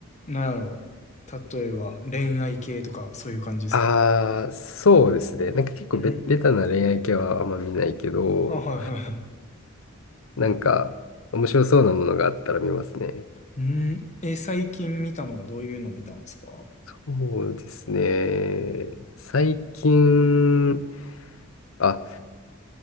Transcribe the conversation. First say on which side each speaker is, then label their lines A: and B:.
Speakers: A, on the left; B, on the left.
A: なんやろ。例えば、恋愛系とか、そういう感じですかね
B: ああ、そうですね。なんか結構ベ、
A: うん。
B: ベタな恋愛系はあんま見ないけど、
A: あ、はいはいはい。
B: なんか、面白そうなものがあったら見ますね。
A: うん。え、最近見たのはどういうの見たんですか
B: そうですね。最近、あ、